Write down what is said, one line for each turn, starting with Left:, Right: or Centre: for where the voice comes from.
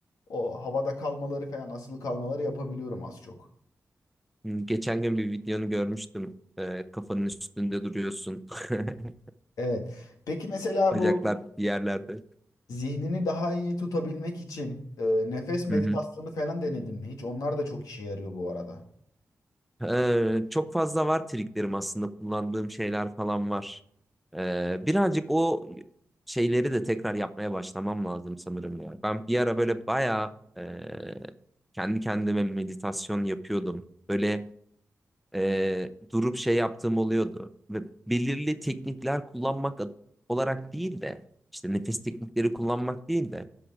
Left: o havada kalmaları falan asılı kalmaları yapabiliyorum az çok.
Centre: Hmm, Geçen gün bir videonu görmüştüm. E, kafanın üstünde duruyorsun. <laughs>
Left: Evet. Peki mesela
Centre: Bacaklar
Left: bu
Centre: bir yerlerde.
Left: Zihnini daha iyi tutabilmek için e, nefes meditasyonu
Centre: Hı hı.
Left: falan denedin mi hiç? Onlar da çok işe yarıyor bu arada.
Centre: Ee, çok fazla var triklerim aslında kullandığım şeyler falan var. Ee, birazcık o şeyleri de tekrar yapmaya başlamam lazım sanırım ya. Ben bir ara böyle bayağı e, kendi kendime meditasyon yapıyordum. Böyle e, durup şey yaptığım oluyordu. Ve belirli teknikler kullanmak ad- olarak değil de işte nefes teknikleri kullanmak değil de